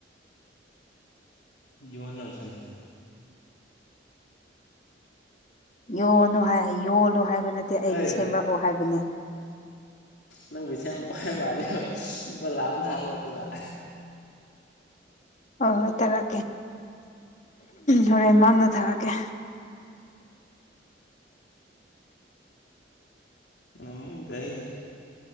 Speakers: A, on the left; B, on the left.
A: ꯌꯣꯟꯅꯕꯁꯨ ꯅꯠꯇꯅ
B: ꯌꯣꯟꯅꯨ ꯍꯥꯏ ꯌꯣꯜꯂꯨ ꯍꯥꯏꯕ ꯅꯠꯇꯦ ꯑꯩꯒꯤ
A: ꯑꯦ
B: ꯁꯦꯝꯔꯛꯑꯣ ꯍꯥꯏꯕꯅꯦ
A: ꯅꯪ ꯄꯩꯁꯥ ꯌꯥꯝ ꯄꯥꯏꯕ ꯃꯥꯜꯂꯦꯕ ꯂꯨꯄꯥ ꯂꯥꯛ ꯑꯃ ꯊꯥꯔꯛꯑꯣ ꯑꯗꯨꯒ
B: <inaudible> ꯍꯣꯏ ꯍꯣꯏ ꯊꯥꯔꯛꯀꯦ ꯍꯣꯔꯦꯟ ꯃꯪꯗ ꯊꯥꯔꯛꯀꯦ
A: <unintelligible>